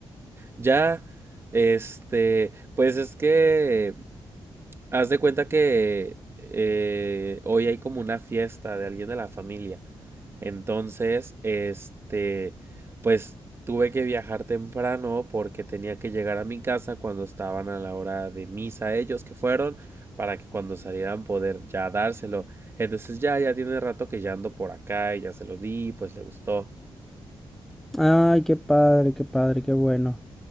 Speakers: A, on the right; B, in the centre.
A: Ya, este, pues es que, haz de cuenta que eh, hoy hay como una fiesta de alguien de la familia Entonces, este, pues tuve que viajar temprano porque tenía que llegar a mi casa cuando estaban a la hora de misa ellos que fueron para que cuando salieran poder ya dárselo. Entonces ya, ya tiene rato que ya ando por acá y ya se lo di, pues le gustó.
B: Ay, qué padre, qué padre, qué bueno.